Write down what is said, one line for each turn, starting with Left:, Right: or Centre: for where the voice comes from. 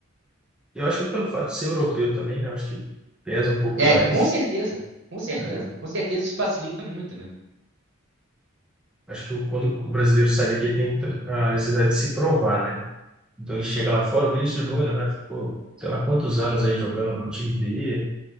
Centre: Eu acho que pelo fato de ser europeu também, né? Eu acho que pesa um pouco
Right: É,
Centre: mais.
Right: com certeza, com certeza,
Centre: é,
Right: com certeza isso facilita muito, mano.
Centre: Acho que o- quando o brasileiro sai daqui, ele tem muita, a necessidade de se provar, né? Então ele chega lá fora, o Vinícius Júnior, né? Ficou, sei lá quantos anos aí jogando no time B.